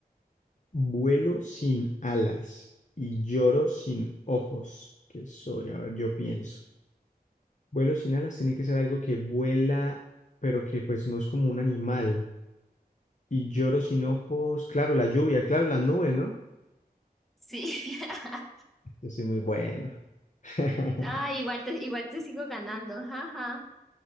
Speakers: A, on the left; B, in the centre.
A: Vuelo sin alas y lloro sin ojos. ¿Qué soy? A ver, yo pienso. Vuelo sin alas tiene que ser algo que vuela, pero que pues no es como un animal. Y lloro sin ojos. Claro, la lluvia, claro, las nubes, ¿no?
B: Sí. <laughs>
A: Yo soy muy bueno. <laughs>
B: Ah, igual te, igual te sigo ganando, jaja.